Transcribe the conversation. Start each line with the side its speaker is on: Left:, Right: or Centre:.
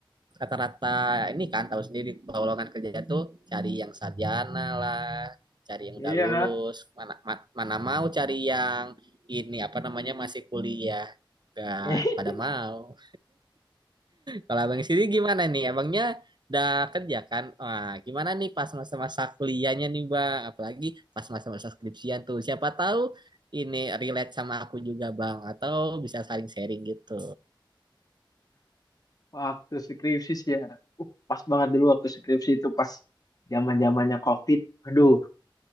Right: rata-rata ini kan tahu sendiri kalau lowongan kerja tuh cari yang sarjana lah, cari yang
Left: iya,
Right: udah lulus. Mana ma- mana mau cari yang ini apa namanya masih kuliah, gak
Left: <laughs>
Right: pada mau. Kalau abang sendiri gimana nih? Abangnya udah kerja kan? Wah, gimana nih pas masa-masa kuliahnya nih, Bang? Apalagi pas masa-masa skripsian tuh. Siapa tahu ini relate sama aku juga, Bang. Atau bisa saling sharing gitu.
Left: waktu skripsi sih ya. Uh, pas banget dulu waktu skripsi itu pas zaman-zamannya COVID. Aduh,